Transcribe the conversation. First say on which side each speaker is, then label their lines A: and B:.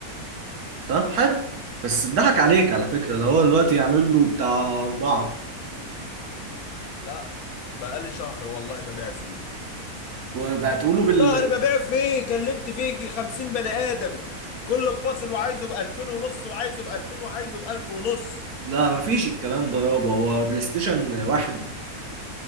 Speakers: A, on the right; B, on the left.
A: طب حلو بس اتضحك عليك على فكره ده هو دلوقتي يعمل له بتاع اربعه
B: لا بقالي شهر والله ببيع فيه
A: وبعتوا له بال
B: شهر ببيع فيه كلمت فيه 50 بني ادم كله بفاصل وعايزه ب 2000 ونص وعايزه ب 2000 وعايزه ب 1000 ونص
A: لا مفيش الكلام ده يابا هو بلاي ستيشن واحد